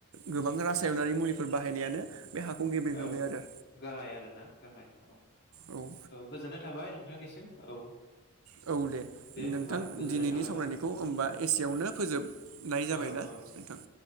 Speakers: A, on the right (about 75°); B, on the left (about 50°).
A: गोबां रासायनारि मुलिफोर बाहायनायानो बे हाखौ गेबेेंहोबाय
B: औ
A: आरो
B: गाहाय आरोना गाहाय औ
A: औ
B: गोजोननाय थाबाय नोंथांनिसिम औ
A: औ औ दे नोंथां
B: होमबा गोजोननाय
A: दिनैनि
B: थाबाय
A: सावरायनायखौ
B: औ
A: होनबा एसेवनो फोजोबनाय जाबायनाा
B: औ औ
A: नोंथां